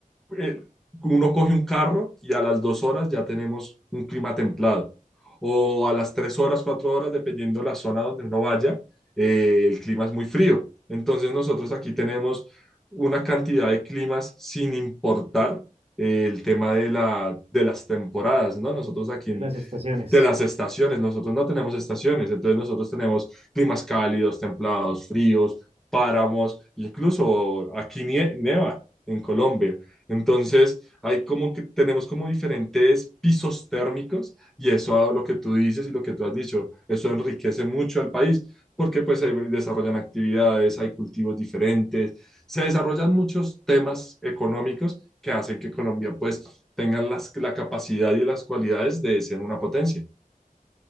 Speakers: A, in the centre; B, on the right.
A: eh, uno coge un carro y a las dos horas ya tenemos un clima templado. O a las tres horas, cuatro horas, dependiendo la zona donde uno vaya, eh, el clima es muy frío. Entonces nosotros aquí tenemos una cantidad de climas sin importar eh, el tema de, la, de las temporadas, ¿no? Nosotros aquí
B: de
A: en,
B: las estaciones.
A: de las estaciones. Nosotros no tenemos estaciones, entonces nosotros tenemos climas cálidos, templados, fríos, páramos, incluso aquí nie- nieva en Colombia. Entonces, hay como que tenemos como diferentes pisos térmicos y eso a lo que tú dices y lo que tú has dicho, eso enriquece mucho al país porque pues se desarrollan actividades, hay cultivos diferentes, se desarrollan muchos temas económicos que hacen que Colombia pues tenga las- la capacidad y las cualidades de ser una potencia.